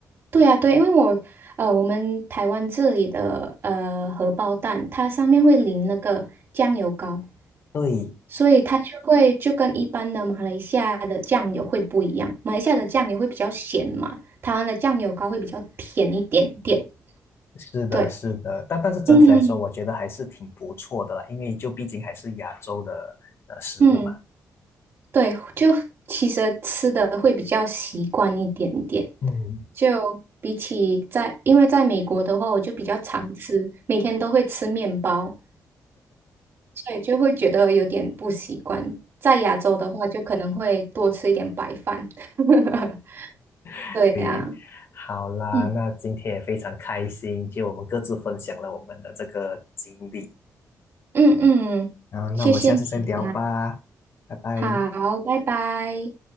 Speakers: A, on the right; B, on the left.
A: 对啊对，因为我呃我们台湾这里的呃荷包蛋，它上面会淋那个酱油膏。
B: 对，
A: 所以它就会就跟一般的马来西亚的酱油会不一样，马来西亚的酱油会比较咸嘛，台湾的酱油膏会比较甜一点点。
B: 是的，
A: 对，
B: 是的，但但是整体来说，
A: 嗯
B: 我觉得还是挺不错的啦，因为就毕竟还是亚洲的呃食物嘛。
A: 嗯，对，就其实吃的会比较习惯一点点，
B: 嗯
A: 就比起在，因为在美国的话，我就比较常吃，每天都会吃面包，所以就会觉得有点不习惯。在亚洲的话，就可能会多吃一点白饭。<laughs>
B: <laughs>
A: 对呀、
B: 对，
A: 啊
B: 好啦，
A: 嗯。
B: 那今天也非常开心，就我们各自分享了我们的这个经历
A: 嗯嗯，
B: 啊，那我们下次再聊吧，
A: 谢谢你，
B: 拜拜。
A: 好，拜拜。